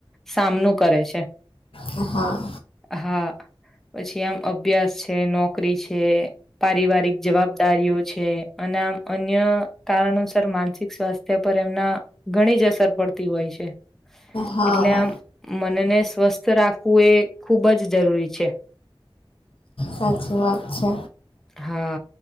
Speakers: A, in the centre; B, on the left.
A: સામનો કરે છે.
B: હ હા.
A: હા, પછી આમ અભ્યાસ છે નોકરી છે પારિવારિક જવાબદારીઓ છે અને આમ અન્ય કારણોસર માનસિક સ્વાસ્થ્ય પર એમના ઘણી જ અસર પડતી હોય છે.
B: હા
A: એટલે આમ મનને સ્વસ્થ રાખવું એ ખૂબ જ જરૂરી છે.
B: સાચી વાત છે.
A: હા.